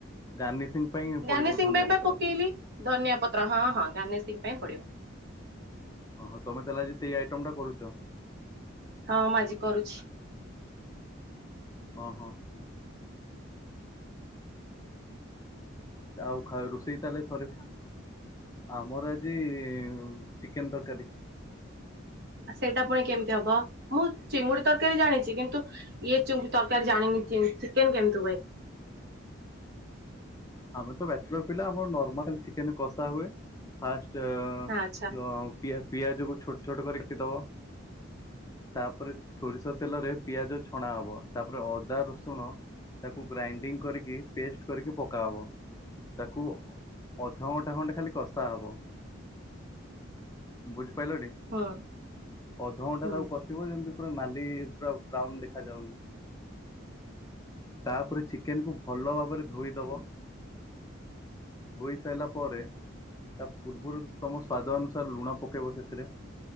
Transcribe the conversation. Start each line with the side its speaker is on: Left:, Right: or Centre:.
Left: ଗାର୍ନିସିଂ ପାଇଁ
Right: ଗାର୍ନିସିଂ
Left: ପଡିବ ଧନିଆ
Right: ପାଇଁ ବା
Left: ପତ୍ର।
Right: ପକେଇଲି ଧନିଆ ପତ୍ର ହଁ ହଁ ଗାନିସିଂ ଶିଖିବା ପାଇଁ ପଡିବ।
Left: ଓହୋ ତମେ ତାହଲେ ଆଜି ସେଇ ଆଇଟମ ଟା କରୁଛ?
Right: ହଁ ମୁଁ ଆଜି କରୁଛି।
Left: ହଁ ହଁ ଆଉ ଖାଇବା ରୋଷେଇ ତାହଲେ ଥରେ ଆମର ଆଜି ଚିକେନ ତରକାରୀ।
Right: ସେଇଟା ପୁଣି କେମିତି ହବ ମୁଁ ଚିଙ୍ଗୁଡି ତରକାରୀ ଜାଣିଛି କିନ୍ତୁ ଇଏ ଚିଙ୍ଗୁ ତରକାରୀ ଜାଣିନି ଚିକେନ କେମିତି ହୁଏ।
Left: ଆମେ ତ ବ୍ୟାଚଲର ପିଲା ଆମର ନର୍ମାଲ ଚିକେନ କଷା ହୁଏ ଫାଷ୍ଟ
Right: ଆଚ୍ଛା
Left: ତଉ ପି ଏଫ୍ ପିଆଜକୁ ଛୋଟ ଛୋଟ କରିକିକାଟି ଦବ ତାପରେ ସୋରିଷ ତେଲରେ ପିଆଜ ଛଣା ହବ ତାପରେ ଅଦା ରସୁଣ ତାକୁ ଗ୍ରାଇଣ୍ଡିଙ୍ଗ କରିକି ପେଷ୍ଟ କରିକି ପ ହବ ତାକୁ ଅଧଘଣ୍ଟା ଘଣ୍ଟେ ଖାଲି କଷା ହବ ବୁଝ ଜାଇଲଟି
Right: ହୁଁ
Left: ଅଧଘଣ୍ଟା
Right: ହୁଁ।
Left: ତାକୁ କଶିବ ଯେମିତି ପୁରା ମା <inaudible> ପୁରା ବ୍ରାଉନ ଦେଖାଯାଉନି ତାପରେ ଚିକେନ କୁ ଭଲ ଭାବରେ ଧୋଇଦବ ଧୋଇ ସାଇଲାା ପରେ ତା ପୂର୍ବରୁ, ତମ ସ୍ୱାଦ ଅନୁସାରେ ଲୁଣ, ପକେଇବ ସେଥିରେ